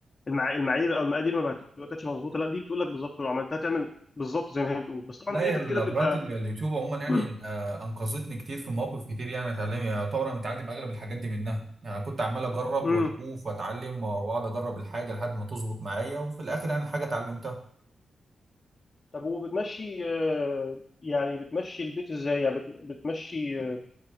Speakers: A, on the left (about 35°); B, on the right (about 45°).
A: المع... المعايير او المقادير ما بقت- ما كانتش مظبوطه لا دي بتقول لك بالظبط لو عملتها تعمل بالظبط زي ما هي بتقول بس طبعا
B: لا
A: في
B: هي
A: حتت
B: ال-
A: كده
B: قناة
A: بتبقى
B: ال- اليوتيوب عموما يعني
A: <clears throat>
B: آه، أنقذتني كتير في مواقف كتير يعني اتعلم يعتبر أنا متعلم أغلب الحاجات دي منها يعني كنت عمال أجرب
A: امم
B: وأشوف وأتعلم وأقعد أجرب الحاجة لحد ما تظبط معايا وفي الآخر يعني الحاجة اتعلمتها
A: طب وبتمشي آه، يعني بتمشي البيت ازاي يعني بت- بتمشي آه،